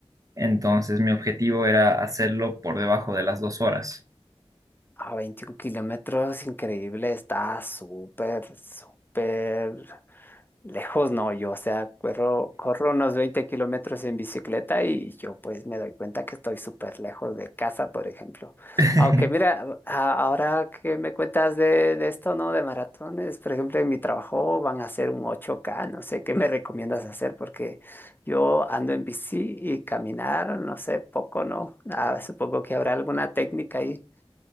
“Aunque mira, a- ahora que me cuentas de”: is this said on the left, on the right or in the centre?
Left